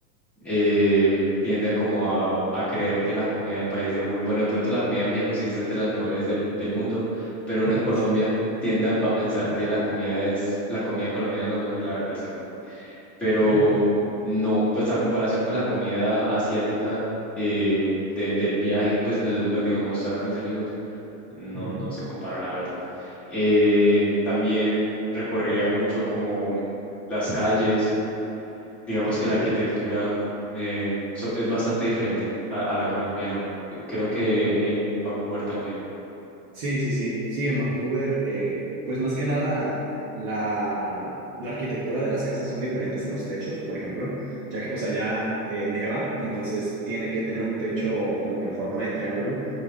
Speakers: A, in the centre; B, on the right (about 30°).
A: eh, tiende a como a, a creer que la comida del país de uno, bueno, de pronto la comida de México sí está entre las mejores del, del mundo, pero
B: <laughs>
A: uno en Colombia
B: Sí.
A: tiende a, a pensar que la comida es, la comida colombiana es lo mejor y la verdad es que no. Pero
B: ¿No?
A: no, pues a comparación con la comida asiática eh, de- del viaje, pues de lo que me mostraron mis amigos, no,
B: Ujú,
A: no se compara la verdad. Eh, también recorría mucho como las calles digamos
B: Ok.
A: que la arquitectura eh, so- es bastante diferente a, a la colombiana. Creo que en Vancouver también.
B: Sí, sí, sí. Sí, en Vancouver, eh, pues más que nada la, la arquitectura de las casas son diferentes en los techos, por ejemplo, ya que pues allá eh, neva, entonces tiene que tener un techo como que en forma de triángulo